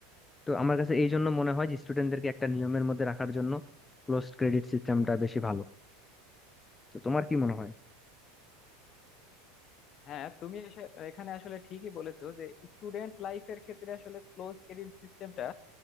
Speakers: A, on the left (about 15°); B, on the left (about 40°).
A: তো আমার কাছে এই জন্য মনে হয় যে স্টুডেন্টদেরকে একটা নিয়মের মধ্যে রাখার জন্য ক্লোজ ক্রেডিট সিস্টেমটা বেশি ভালো তো তোমার কি মনে হয়
B: হ্যাঁ তুমি এসে- এখানে আসলে ঠিকই বলেছো যে স্টুডেন্ট লাইফের ক্ষেত্রে আসলে ক্লোজ ক্রেডিট সিস্টেমটা